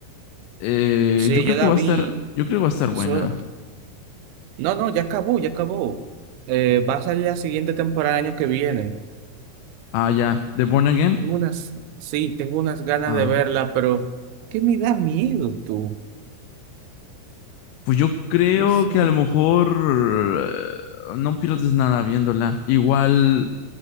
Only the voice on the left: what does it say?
eh,
yo creo
que va
a estar, yo creo que va a estar buena.
Ah, ya, de Born Again,
ah.
Pues yo creo
que a lo mejor eh, no pierdes nada viéndola. Igual